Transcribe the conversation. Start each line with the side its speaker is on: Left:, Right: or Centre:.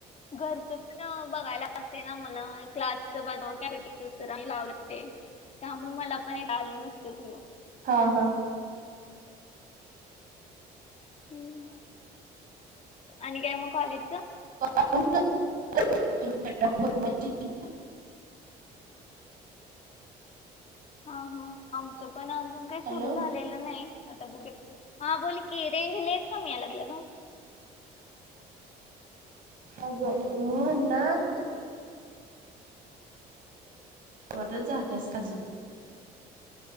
Left: घरचं पण बघायला लागते ना मला क्लासच बा कॅम्प्युटरच स लाव लागते त्यामुळेग मला पण चालू नसतच मग
Right: हा हा
Left: ह् आणि काय मग कॉलेजच
Right: <unintelligible>
Left: हा हा आमचं पण अजून काही
Right: हॅलो
Left: सुरू झालेलं नाही आता बघ हा बोल की रेंज लेस कमी या लागल ग
Right: अग मन लाख टच जाातस काजून